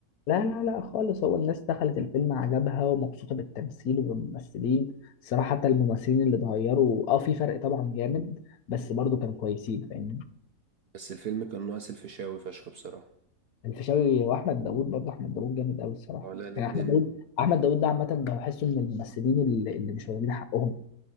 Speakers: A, on the left; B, on the right.
A: لا لا لا خالص هو الناس دخلت الفيلم عجبها ومبسوطة بالتمثيل وبالممثلين الصراحة حتى الممثلين اللي اتغيروا اه في فرق طبعا جامد بس برضه كانوا كويسين فاهمني
B: بس الفيلم كان ناقص الفيشاوي فشخ بصراحة
A: الفيشاوي واحمد داوود برضه احمد داوود جامد قوي الصراحه
B: ولا الاتنين
A: يعني احمد داوود احمد داوود ده عامه بحسه من الممثلين اللي, اللي مش واخدين حقهم